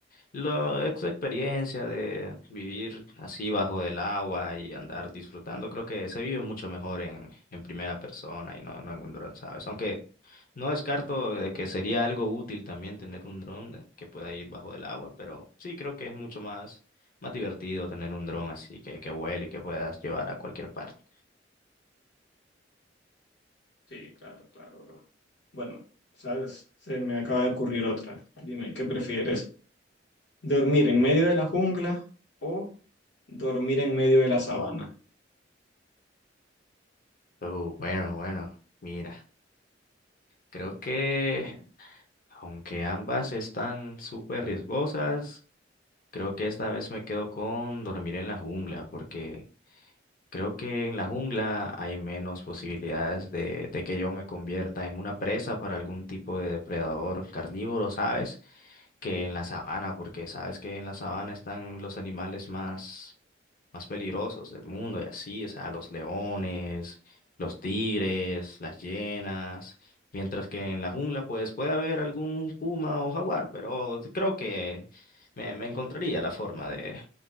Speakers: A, on the left (about 50°); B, on the left (about 70°).
A: La ex experiencia de vivir así bajo el agua y andar disfrutando, creo que se vive mucho mejor en, en primera persona y no, no en un dron, ¿sabes? Aunque no descarto de que sería algo útil también tener un dron de- que pueda ir bajo el agua, pero sí creo que es mucho más, más divertido tener un dron así que, que vuele y que puedas llevar a cualquier parte.
B: Sí, claro, claro, bro. Bueno, sabes, se me acaba de ocurrir otra. Dime, ¿qué prefieres? ¿Dormir en medio de la jungla o dormir en medio de la sabana?
A: Oh, bueno, bueno, mira, creo que aunque ambas están súper riesgosas, Creo que esta vez me quedo con dormir en la jungla, porque creo que en la jungla hay menos posibilidades de, de que yo me convierta en una presa para algún tipo de depredador carnívoro, ¿sabes? que en la sabana, porque sabes que en la sabana están los animales más, más peligrosos del mundo y así, o sea, los leones, los tigres, las hienas, mientras que en la jungla pues puede haber algún puma o jaguar, pero creo que me, me encontraría la forma de,